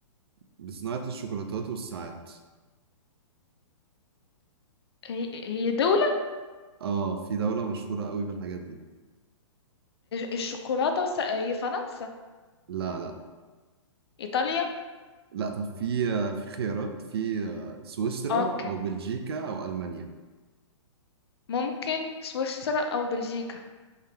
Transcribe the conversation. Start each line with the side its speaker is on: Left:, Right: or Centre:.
Right: بصناعة الشوكولاتات والساعات
Left: هي هي دولة
Right: اه في دولة مشهورة قوي بالحاجات دي
Left: الشوكولاتة وس... هي فرنسا
Right: لا لا
Left: ايطاليا
Right: لا طب في آه، في خيارات في آه، سويسرا
Left: اوكي
Right: او بلجيكا او المانيا
Left: ممكن سويسرا او بلجيكا